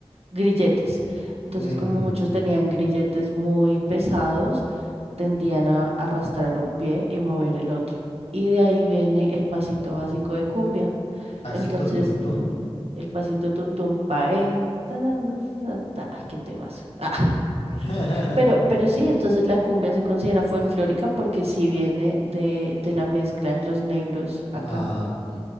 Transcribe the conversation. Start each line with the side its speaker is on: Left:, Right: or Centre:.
Right: grilletes. Entonces,
Left: ujú,
Right: como muchos
Left: ujú.
Right: tenían grilletes muy pesados, tendían a arrastrar un pie y mover el otro. Y de ahí viene el pasito básico de cumbia.
Left: Pasito
Right: Entonces,
Left: tuntún.
Right: el pasito tuntum pae. ta, ta, ta, ta, ta. Ay, qué temas. Ah,
Left: <laughs>
Right: Pero, pero sí, entonces la cumbia se considera folclórica porque sí viene de, de la mezcla de los negros acá
Left: Ah, ok.